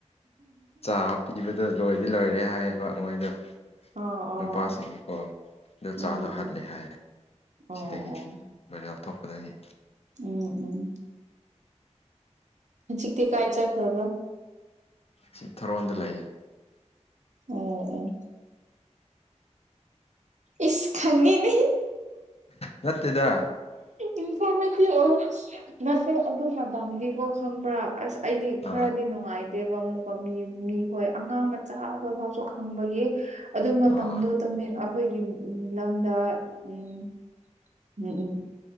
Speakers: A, on the left (about 55°); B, on the right (about 75°).
A: ꯆꯥꯕꯄꯤꯕꯗꯣ ꯂꯣꯏꯗꯤ ꯂꯣꯏꯔꯦ ꯍꯥꯏꯌꯦꯕ ꯃꯣꯏꯗꯣ
B: ꯑꯣ ꯑꯣ
A: ꯅꯨꯄꯥꯁꯤꯡ ꯀꯣ ꯑꯗꯨ
B: ꯎꯝ
A: ꯆꯥꯗ ꯍꯜꯂꯦ
B: ꯎꯝ
A: ꯍꯥꯏꯔꯦ
B: ꯑꯣ
A: ꯁꯤꯗꯒꯤ
B: ꯑꯣ
A: ꯃꯣꯏ ꯂꯧꯊꯣꯛꯄꯗꯒꯤ
B: ꯎꯝ ꯎꯝ ꯍꯧꯖꯤꯛꯇꯤ ꯀꯥꯏ ꯆꯈ꯭ꯔꯕ
A: ꯁꯤ ꯊꯔꯣꯟꯗ ꯂꯩꯌꯦ
B: ꯎꯝ ꯎꯝ ꯏꯁ ꯈꯪꯉꯤꯅꯤ
A: ꯅꯠꯇꯗ
B: ꯏꯟꯐꯣꯔꯃꯦꯇꯤ ꯑꯣꯏ ꯅꯗ ꯑꯗꯨ ꯃꯗꯥꯝꯗꯤ ꯀ ꯈꯪꯕ꯭ꯔꯥ ꯑꯁ ꯑꯩꯗꯤ
A: ꯑꯥ
B: ꯈꯔꯗꯤ ꯅꯨꯡꯉꯥꯏ ꯗꯦꯕ ꯑꯃꯨꯛꯀ ꯃꯤ ꯃꯤꯈꯣꯏ ꯑꯉꯥꯡ ꯃꯆꯥ ꯍꯈꯣꯏ ꯐꯥꯎꯁꯨ ꯈꯪꯕꯒꯤ ꯑꯗꯨ ꯃꯇꯝꯗꯨꯣ
A: ꯑꯥ
B: ꯑꯩꯈꯣꯏꯒꯤ ꯂꯝꯗ ꯎꯝ꯫ ꯎꯝ ꯎꯝ